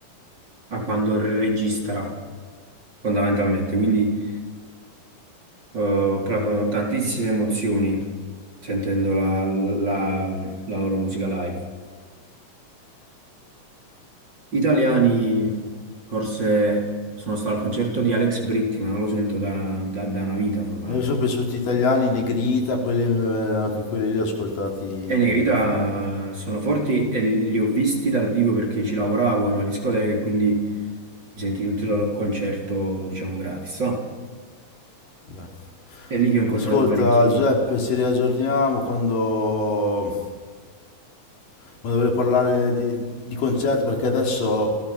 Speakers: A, on the right; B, on the left.
A: a quando re- registra, fondamentalmente. Quindi eh, ho provato tantissime emozioni sentendo la, la- la loro musica live. Italiani, forse sono stato al concerto di Alex Britti, ma non lo sento da, da- da una vita, fondamentalmente.
B: A me sono piaciuti gli italiani, i Negrita, quelli, eh, anche quelli lì li ho ascoltati
A: E Negrita
B: fino
A: sono forti e li ho visti dal vivo perché ci lavoravo in una discoteca e quindi mi senti tutto il loro concerto, diciamo, gratis. no?
B: a...
A: È lì che ho incontrato
B: Ascolta
A: parecchi.
B: Giuseppe, ci riaggiorniamo quando, quando voglio parlare di, di concerti, perché adesso